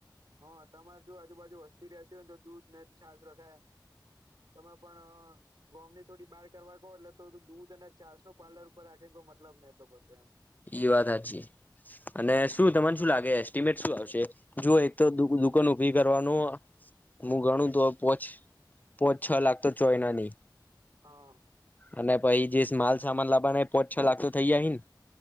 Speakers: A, on the right; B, on the left.
A: હા તમારે જો આજુબાજુ વસ તી રહેતી હોય તો દૂધ ને છાસ રખાય તમે પણ ગોમની થોડી બહાર કરવા કો એટલે તો દૂધ અને છાસ નો પાર્લર ઉપર રાખીને કહ મતલબ નહીં થતો એમ
B: એ વાત સાચી અને શું તમન
A: હા
B: શું લાગે એસ્ટિમેટ શું આવશે જોઓ એક તો દુકાન ઊભી કરવાનુ હું ગણું
A: હમ
B: તો પોચ પોત છ લાખ તો ચોયના ની
A: હા
B: અને પછી જે માલ સામાન લાબાના એ પોચ છ લાખતો થઇ જાય હી ન